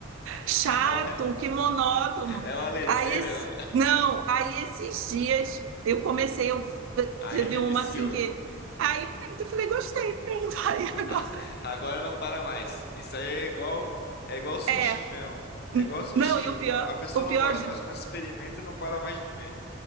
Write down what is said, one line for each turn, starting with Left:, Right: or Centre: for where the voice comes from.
Right: chato,
Left: <laughs> É uma,
Right: que monótono".
Left: é uma leseira,
Right: Aí esse,
Left: né?
Right: não, aí esses dias eu comecei, eu
Left: Aí
Right: teve uma
Left: <laughs> viciou.
Right: assim que aí pronto, eu falei: "Gostei, pronto". <laughs> Aí
Left: <laughs>
Right: agora
Left: Agora não para mais. Isso aí é igual, é igual sushi
Right: é,
Left: mesmo.
Right: n-
Left: É igual sushi.
Right: não, e o
Left: Nu-
Right: pior,
Left: A pessoa
Right: o
Left: não
Right: pior
Left: gosta,
Right: de
Left: mas quando experimenta, não para mais de comer.